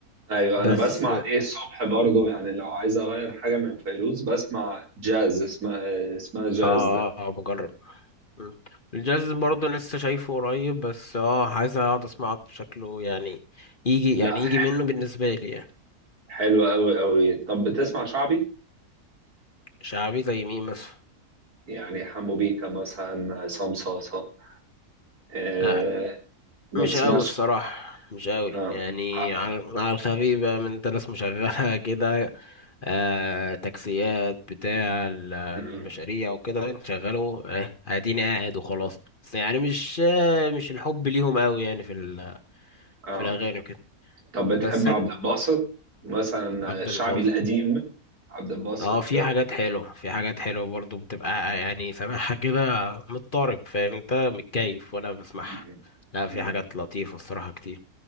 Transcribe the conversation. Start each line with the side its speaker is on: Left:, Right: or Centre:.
Right: أيوة
Left: بس
Right: أنا بسمع
Left: اه
Right: دي الصبح برضو يعني لو عايز أغير حاجة من فيروز بسمع جاز اسمها اسمها جاز
Left: اه
Right: ده
Left: اه بجرب مم. الجاز برضو لسه شايفه قريب بس اه عايز اقعد اسمعه أكتر، شكله يعني يجي
Right: لا
Left: يعني
Right: ح-
Left: يجي منه بالنسبة لي يعني
Right: حلوة أوي أوي طب بتسمع شعبي؟
Left: شعبي زي مين مثلا
Right: يعني حمو بيكا مثلا عصام صاصة آه
Left: آه،
Right: ما
Left: مش
Right: بتسمعش؟
Left: قوي الصراحة مش قوي
Right: اه
Left: يعني
Right: ع-
Left: على على الخفيف بقى من انت ناس مشغلة <laughs> كده آه تاكسيات بتاع ال- المشاريع
Right: مم.
Left: وكده شغلوا آه اديني قاعد وخلاص بس يعني مش آه مش الحب ليهم قوي يعني في ال-
Right: اه
Left: في الاغاني وكده
Right: طب بتحب
Left: بس انت
Right: عبد الباسط مثلا
Left: عبد
Right: شعبي
Left: الباسط
Right: القديم عبد الباسط
Left: اه في حاجات حلوة في حاجات حلوة برضو بتبقى يعني سامعها كده مضطرب فاهم انت متكيف وانا بسمعها
Right: مم.
Left: لا
Right: مم.
Left: في حاجات لطيفة الصراحة كتير